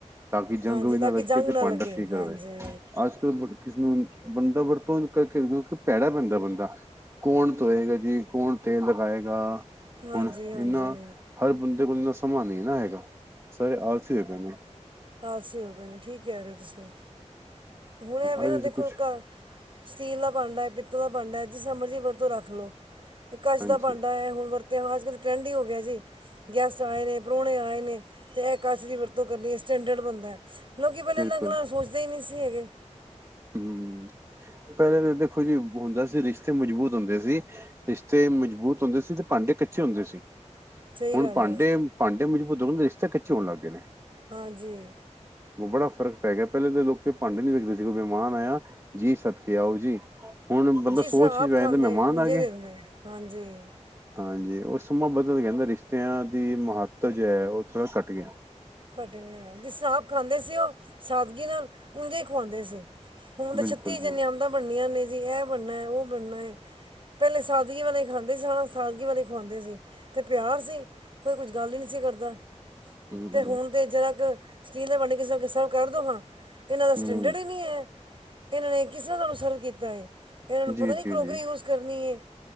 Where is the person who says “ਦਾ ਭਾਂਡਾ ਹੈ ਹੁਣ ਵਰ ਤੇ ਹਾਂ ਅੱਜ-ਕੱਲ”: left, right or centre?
Right